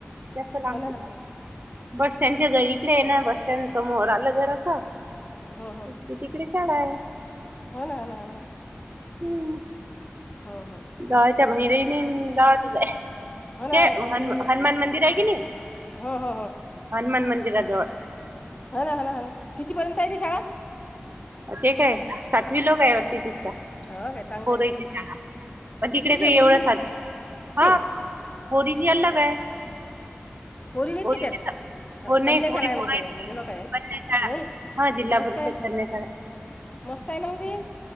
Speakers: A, on the right; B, on the left.
A: जास्त लांब
B: हो ना
A: नाही.
B: हो ना हो ना
A: बस स्टँडच्या इकडे आहे ना, बस स्टँड समोर आलं जरासं
B: ह ह
A: की तिकडे शाळा आहे.
B: हो ना ना ना
A: हम्म
B: हो हो.
A: गावाच्या
B: बरं बरं
A: बहिरही नाही आणि गावातच आहे.
B: हो ना
A: ते हनुमा
B: अन- म्हणजे
A: हनुमान मंदिर आहे की नाही,
B: हो हो हो
A: हनुमान मंदिराजवळ
B: हा ना हा ना हा ना. कितीपर्यंत आहे ती शाळा?
A: ते काय सातवी लोक आहे वाटतं तिचं.
B: हो का चांग
A: कोरईची शाळा, पण तिकडे का एवढंच
B: पोरीची
A: ह
B: नाही
A: पोरीची अलग आहे.
B: पोरी बी हायत
A: पोरीची
B: का त्यात?
A: तर
B: ह
A: हो नाही
B: कन्या
A: पोरी
B: शाळा आहे
A: पोरायच
B: मग ते,
A: नाही
B: म्हणजे लोक आहे ना.
A: कन्या शाळा
B: नाही.
A: हा जिल्हा
B: मस्त
A: परिषद
B: आहे
A: कन्या शाळा
B: मस्त आहे नावदी.